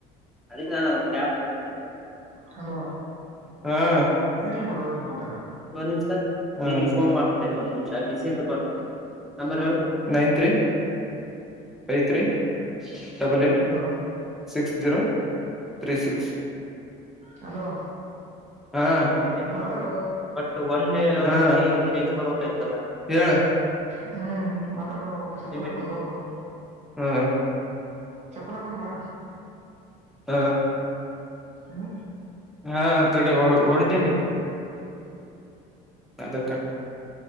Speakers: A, in the centre; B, on the right.
A: ಅದಕ್ಕೆ ನ ಕ್ಯಾಪ್ ಬಿಟ್ಟ
B: ಹಲೋ
A: ಹಾ <unintelligible>
B: ಇರ್ಲಿ ಬಿಡೋ ಇನ್ ಮತ್ತ್
A: ಯವ ನಿಂ ಸ <unintelligible> ಹ ಪೋನ್ ಮಾಡ್ತೀನಿ ತಡಿ ಒಂದ್ ನಿಮಿಷ ಬಿಸಿ ಇರ್ಬೇಕು ನಂಬರ್ ಹೇಳ್ nine three five three double eight
B: hello
A: six zero three six
B: hello
A: ಹಾ ಅಂತ
B: ಮಾತಾಡು
A: ಬರ್ದು ಬಟ್ ಒನೆ <unintelligible> ಹ್ ಡೀ ಬರಾಯ್ತಲ್ಲ ಹೇಳ್
B: ಹ್ಮ್ ಮಾತಾಡು ಹೋಗ್ ಚಪ್ಪಲ್
A: ಲಿಮಿಟ್
B: ಹಾಕೊಂಡ್ ಹೋಗು.
A: ಹಾ
B: ಚಪ್ಪಲ್ ಹಾಕೊಂಡು ಬಾ.
A: ಹಾ
B: ಹಲೋ
A: ಹಾ ತಡೆ ಒ ಒನ್ ಟೈಮಿಗೆ ಅದಕ್ಕ